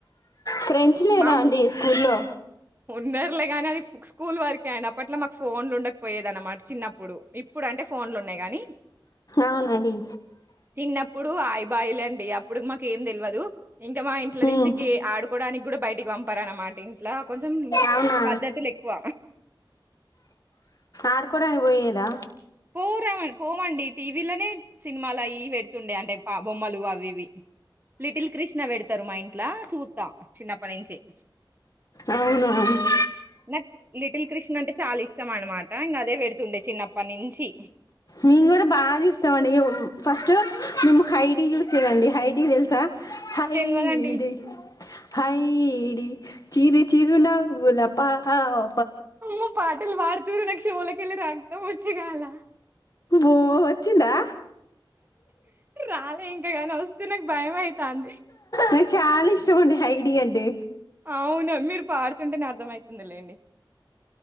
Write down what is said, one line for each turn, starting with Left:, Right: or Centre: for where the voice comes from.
Left: ఫ్రెండ్స్ లేరా
Right: మామ్
Left: అండి స్కూల్లో
Right: ఉన్నర్లే గానీ అది స్కూల్ వరకె ఆయన అప్పట్లో మాకు ఫోన్లు ఉండకపోయేది అన్నమాట. చిన్నప్పుడు ఇప్పుడు అంటే ఫోన్లు ఉన్నాయి గాని.
Left: అవునండి
Right: చిన్నప్పుడు ఆయిబాయిలండి అప్పుడుకి మాకు ఏం తెలియదు. ఇంకా మా ఇ ఇల
Left: ఉమ్
Right: నుంచి గ ఆడుకోవడానికి కూడా బయటికి పంపారన్నమాట ఇంట్లో కొంచెం
Left: అవునా
Right: చ్ పద్ధతులు ఎక్కువ.
Left: ఆడుకోడానికి పోయేదా
Right: పో రావండి పోవండి టీవీలోనే సినిమాలు అయ్యియి పెట్టి పెతుండే అంటే పా బొమ్మలు అవి ఇవి లిటిల్ కృష్ణ పెడతారు మా ఇంట్ల. చూద్దాం చిన్నప్పటి నుంచి <inaudible>
Left: అవునవును <unintelligible>
Right: నాకు లిటిల్ కృష్ణ అంటే చాలా ఇష్టం అనమాట. ఇంకా అదే పెడుతుండే చిన్నప్పటి నుంచి తి
Left: మేము కూడా బాగా చూస్తామండి. ఫస్ట్ మేము హైడి చూసేదండి హైడి తెలుసా హైడి
Right: తెల్వదండి
Left: హైడి చిరు చిరు నవ్వుల పాప హో
Right: అయ్యో పాటలు పాడు నాకు చెవుల కెళ్ళి రక్తం వచ్చగాల
Left: ఒ వచ్చిందా
Right: రాలే ఇంకా కాని వస్తే నాకు భయం అయితాంది
Left: నాకు చాలా ఇష్టం అండి హఐడి అంటే
Right: అవును మీరు పాడుతుంటేనే అర్థమవుతుంది లేండి